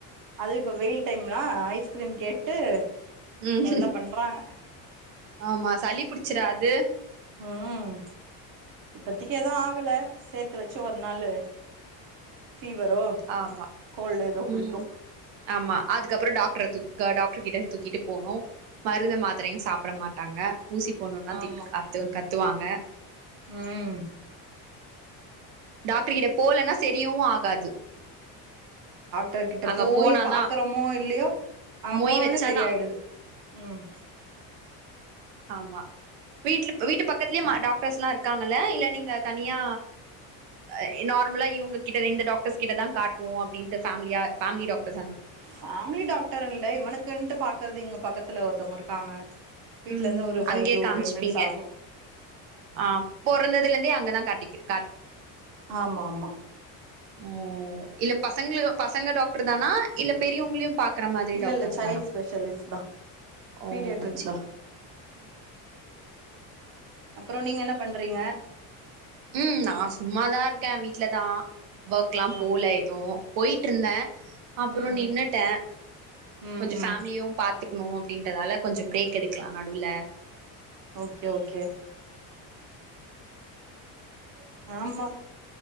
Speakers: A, on the right; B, on the right.
A: அது இப்ப வெயில் டைம்லா ஐஸ்கிரீம் கேட்டு
B: உம்
A: தொல்ல பண்றாங்க
B: ஆமா சளி புடிச்சிராது
A: உம் இப்பத்திக்கி ஏதூ ஆகல சேத்து வச்சி ஒரு நாளு ஃபீவரோ
B: ஆமா
A: கோல்டு ஏதோ புடிக்கு
B: உம் ஆமா அதுக்கப்றொ டாக்ட்ர து க டாக்ட்ரு கிட்ட தூக்கிட்டு போனு மருந்து மாத்ரையு சாப்ட மாட்டாங்க ஊசி போட்ணுனா
A: ஆமா
B: திக் அத்து கத்துவாங்க
A: ம்
B: டாக்ட்ரு கிட்ட போலன்னா சரியூ ஆகாது
A: டர்கிட்ட
B: அங்க
A: போய்
B: போனாதா
A: பாக்குறமோ இல்லையோ அங்க
B: மொய்
A: போனோனே
B: வச்சாதா
A: சரி ஆயிடுது உம்
B: ஆமா வீட்ல வீட்டு பக்கத்துலயே ம டாக்டர்ஸ்லா இருக்காங்கல இல்ல நீங்க தனியா அ நார்ம்லா இவங்க கிட்ட இந்த டாக்டர்ஸ் கிட்டதா காட்டுவோ அப்டின்டு பேம்லியா ஃபேமிலி டாக்டர்
A: ஃபேமிலி டாக்டர் இல்ல இவனுக்குன்ட்டு பாக்குறது இங்க பக்கத்து பக்கத்துல ஒருத்தவங்க இருக்காங்க வீட்ல
B: ம்
A: இருந்து ஒரு ஃபைவ்
B: அங்கயே
A: டூ
B: காமிச்சுப்பீங்க
A: டென் மினிட்ஸ் ஆகும்
B: ஆ பொறந்ததிலிருந்தே அங்கதான் காட்டக்குது
A: ஆமா ஆமா
B: ஓ இல்ல பசங்க பசங்க டாக்டர் தானா இல்ல பெரியவங்களையும் பா <inaudible> மாதிரி
A: இல்ல
B: டாக்டர்ஸ்
A: இல்ல சைல்ட்
B: தானா
A: ஸ்பெஷலிஸ்ட் தா
B: ஓ
A: பீடியாட்ரிக்
B: சரி
A: தா அப்பறம் நீங்க என்ன பண்றீங்க
B: ம் நான் சும்மாதான் இருக்கேன் வீட்லதான் ஒர்க்ல்லாம்
A: ஆ
B: போல எதுவும் போயிட்டு இருந்தேன் அப்புறம்
A: ம் ம்
B: நின்னுட்டன்
A: ம்
B: கொஞ்சம்
A: ம்
B: ஃபேமிலியும் பாத்துக்கணும் அப்டின்றதால கொஞ்சம் பிரேக் எடுக்கலாம் நடுவுல
A: ஓகே ஓகே ஆமா